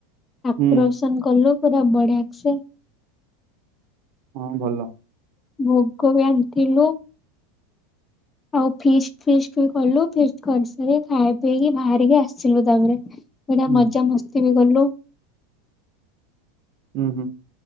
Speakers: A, on the left; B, on the right.
A: ଆକୋର୍ଷଣ
B: ହୁଁ
A: କରିଲୁ। ପୁରା ବଢିଆକସେ।
B: ହଁ ଭଲ।
A: ଭୋଗ ବାଣ୍ଟିଲୁ। ଆଉ 'ଫିଷ୍ଟ, ଫିଷ୍ଟ ବି କଲୁ। ଫିଷ୍ଟ କରିସାରି, ଖାଇ ପିଇକି ବାହାରିଲୁ ଆସିିଲୁ ତାପରେ ଏଇଟା
B: ହୁଁ
A: ମଜା ମସ୍ତି ବି କଲୁ।
B: ହୁଁ ହୁଁ।